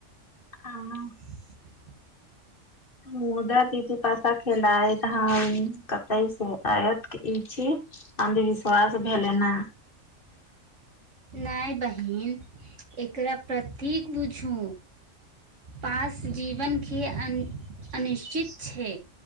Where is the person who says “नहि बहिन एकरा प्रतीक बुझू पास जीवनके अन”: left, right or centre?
Right